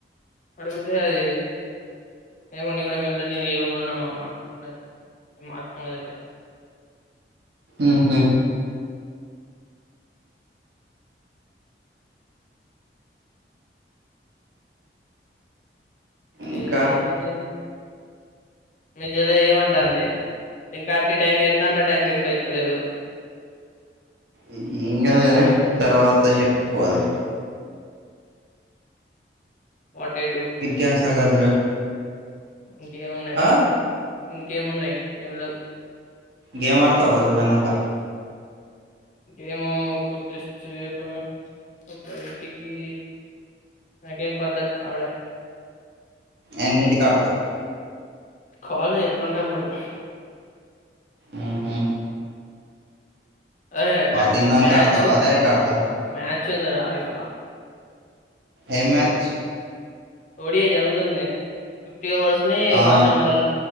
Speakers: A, on the left (about 45°); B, on the right (about 70°).
A: అడిగితే అది ఏేమన్న కూడ వెళం న ఈ రూమ్ లో ఉన్నామా అన్నది మట్కనదిల్వ
B: ఉహు ఇంకా
A: ఏ తిన్ చె మీ చెల్లి ఏమంటా అండి ఇంక కాట్టి ఈ టైంకి ఎస్తాంటే టైం రిప్లై ఇస్తలేదు
B: ఏ ఏమిగాదు గాని తర్వాత చెప్పు అది
A: వాట్ ఐ డూ
B: ఇకా ఎం సంగతులు
A: ఇంకేము ఉన్నాయి
B: ఆ
A: రా ఇంకేము ఉన్నాయి ఏమి లేవు
B: గేమ్ ఆడుతావా కొంచెం సేపు అయినాక
A: ఏమో కొద్ది సేపు బయటికి నాకేం పనిలే ఆడె
B: ఎన్నింటికీ ఆడతవు
A: కాలీ ఎప్పుడంటే అప్పుడే
B: ఊహు
A: అరే మ
B: తిన్నాంక
A: మ్యాచ్
B: ఆడతావా డైరెక్ట్ ఆడతావా
A: మ్యాచ్ ఉంది రా ఇవాళ
B: ఏం మ్యాచ్
A: ఓడి జరుగుతుంది ఫిఫ్టీ ఓవర్స్ ని
B: ఆ
A: వర్షం వల్ల